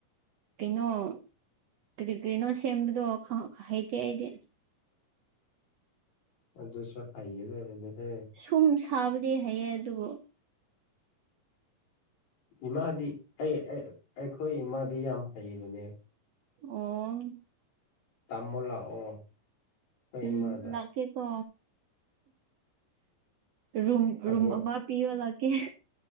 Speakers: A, on the right; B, on the left.
A: ꯀꯩꯅꯣ ꯀꯔꯤ ꯀꯔꯤꯅꯣ ꯁꯦꯝꯕꯗꯣ ꯍꯩꯇꯦ ꯑꯩꯗꯤ
B: ꯑꯗꯨꯗꯁꯨ ꯍꯥꯏꯩꯒꯗꯅꯦ ꯍ
A: ꯁꯨꯝ ꯁꯥꯕꯗꯤ ꯍꯩꯌꯦ ꯑꯗꯨꯕꯨ
B: ꯏꯃꯥꯗꯤ ꯑꯩ ꯑꯩꯈꯣꯏ ꯏꯃꯥꯗꯤ ꯌꯥꯝ ꯍꯩꯕꯅꯦ
A: ꯑꯣ
B: ꯇꯥꯃꯣ ꯂꯥꯛꯑꯣ ꯑꯩꯈꯣꯏ
A: ꯎꯝ
B: ꯏꯃꯥꯗ
A: ꯂꯥꯀꯦꯀꯣ ꯔꯨꯝ
B: ꯑꯗꯨ
A: ꯔꯨꯝ ꯑꯃ ꯄꯤꯌꯣ ꯂꯛꯀꯦ